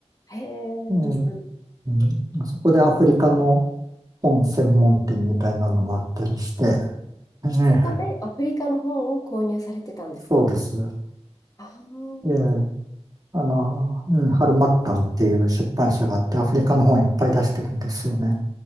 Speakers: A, on the left; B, on the right.
A: へえ、うんうん。
B: うん、うんそこでアフリカの本専門店みたいなのもあったりして、ええ
A: そこでアフリカの本を購入されてたんですか
B: そうです。
A: ああー、
B: ええあの、うん、ハルマッタンっていう出版社があって、アフリカの本いっぱい出してるんですよね。